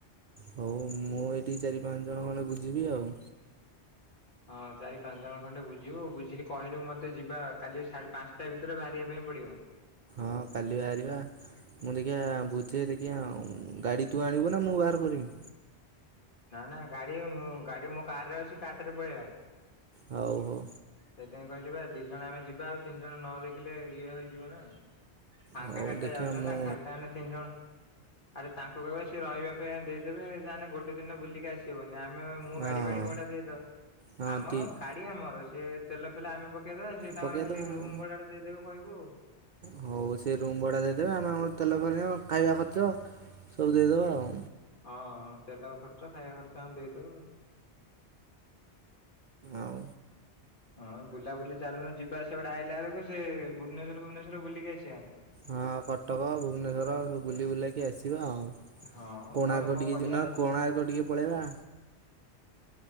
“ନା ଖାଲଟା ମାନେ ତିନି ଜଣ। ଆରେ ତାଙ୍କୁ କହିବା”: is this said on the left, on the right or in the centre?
Left